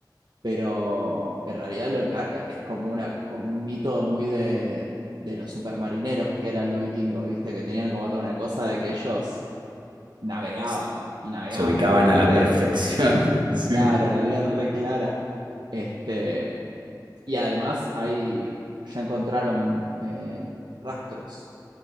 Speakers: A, on the right; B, on the right.
A: pero en realidad lo encar- es como una como un mito muy de de los supermarineros que eran los vikingos, ¿viste? Que tenían como toda una cosa de que ellos navegaban
B: s-
A: y navegaban
B: se ubicaban
A: fuerte
B: a la perfección.
A: y
B: <laughs> Sí.
A: claro, la tenían re clara. Este, y además ahí ya encontraron eh, rastros